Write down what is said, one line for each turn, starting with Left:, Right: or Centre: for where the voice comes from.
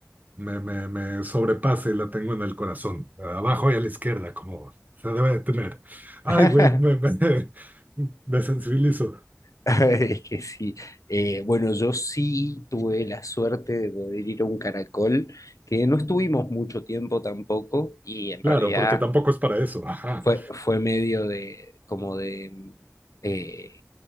Right: me, me, me sobrepasa y la tengo en el corazón, abajo y a la izquierda, como se debe de tener. Ay,
Left: <laughs>
Right: güey, me, me, <laughs> me sensibilizo.
Left: Es que sí. Eh, bueno, yo sí tuve la suerte de poder ir a un caracol, que no estuvimos mucho tiempo tampoco, y en
Right: Claro,
Left: realidad
Right: porque tampoco es para eso. Ajá,
Left: fue, fue medio de, como de eh,